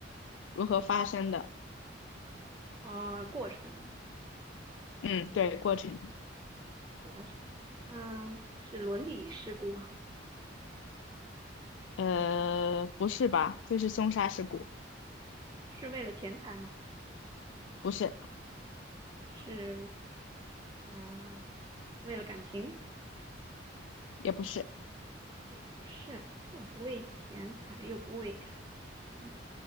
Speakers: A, on the left; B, on the right.
A: 如何发生的。
B: 啊、过程，
A: 嗯，对，过程。
B: 过程，它是伦理事故吗？
A: 呃，不是吧？就是凶杀事故，
B: 是为了钱财吗？
A: 不是，
B: 是呃，为了感情？
A: 也不是。
B: 也不是，又不为钱财，又不为感情。